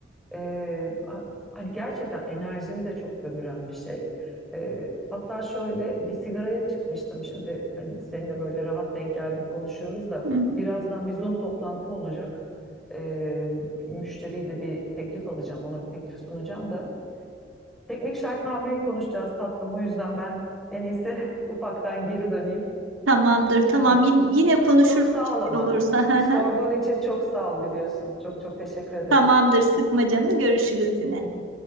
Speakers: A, in the centre; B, on the right.
A: Ee, a- hani gerçekten enerjimi de çok sömüren bir şey. Ee, hatta şöyle bir sigaraya çıkmıştım şimdi hani seninle böyle rahat denk geldik konuşuyoruz da
B: Hı hı.
A: birazdan bir Zoom toplantım olacak. Ee, müşteriyle bir teklif alacağım ona bir teklif sunacağım da. Teknik şartnameyi konuşacağız tatlım o yüzden ben en iyisi <laughs> ufaktan geri döneyim.
B: Tamamdır tamam
A: Ha-
B: yine, yine konuşuruz
A: çok sağ
B: bir
A: ol ama.
B: şey olursa.
A: Sorduğun
B: <laughs>
A: için çok sağ ol biliyorsun. Çok çok teşekkür ederim.
B: Tamamdır, sıkma canını. Görüşürüz yine.